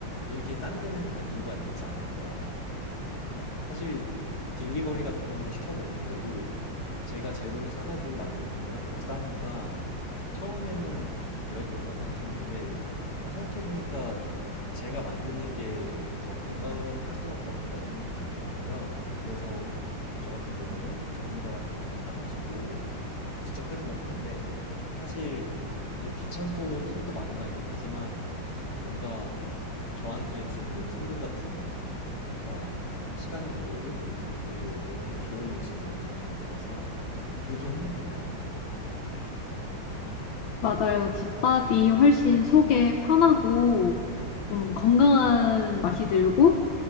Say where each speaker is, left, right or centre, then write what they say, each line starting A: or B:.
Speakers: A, on the left; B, on the left.
A: 이렇게 싼 데는 다 이유가 있지 않을까. 사실 딜리버리 같은 걸로 시켜 먹는데도 제가 재료를 사가지고 만드는 것보다 더 싸니까 처음에는 왜 그럴까 생각했는데 근데 생각해보니까 제가 만드는 게 더 건강할 수밖에 없겠다는 생각이 들더라고요. 그래서 저 같은 경우는 조미료 같은 거 다 사가지고 직접 해서 먹는데 사실 되게 귀찮고 손도 많이 가긴 하지만 뭔가 저한테 주는 선물 같은 뭔가 시간은 걸려도 그래도 내 몸에 좋은 음식 먹는 느낌이 들어서 종종 해먹고 있는 것 같아요.
B: 맞아요. 집밥이 훨씬 속에 편하고 좀 건강한 맛이 들고